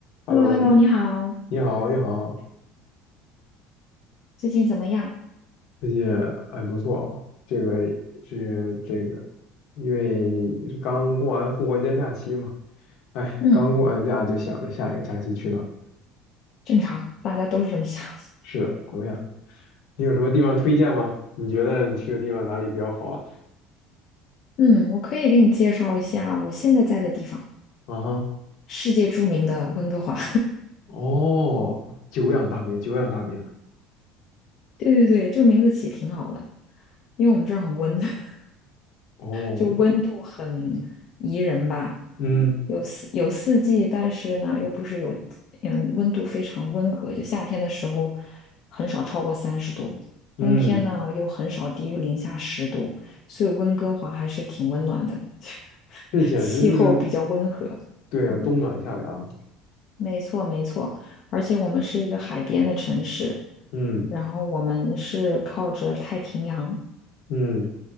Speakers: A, on the left; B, on the left.
A: Hello，
B: h e l l o h e l l o 你好，
A: 你好，你好，
B: 最近怎么样？
A: 最近还不错哦。这个是这个，因为也是刚过完复活节假期嘛，哎，
B: 嗯，
A: 刚过完假就想着下一个假期去哪儿。
B: 正常，大家都是这么想。
A: 是的，怎么样？你有什么地方推荐吗？你觉得你去的地方哪里比较好啊？
B: 嗯，我可以给你介绍一下我现在在的地方，
A: 啊哈，
B: 世界著名的温哥华。<laughs>
A: 哦，久仰大名，久仰大名。
B: 对对对，这个名字起挺好的，因为我们这儿很温。<laughs>
A: 哦，
B: 就温度很宜人吧。
A: 嗯
B: 有四有四季，但是呢，又不是有，嗯，温度非常温和。就夏天的时候，很少超过三十度，
A: 嗯，
B: 冬天呢又很少低于零下十度，所以温哥华还是挺温暖的，<laughs>
A: 这简直就是
B: 气候比较温和。
A: 对啊，
B: 嗯，
A: 冬暖夏凉。
B: 没错没错，而且我们是一个海边的城市，
A: 嗯
B: 然后我们是靠着太平洋，
A: 嗯，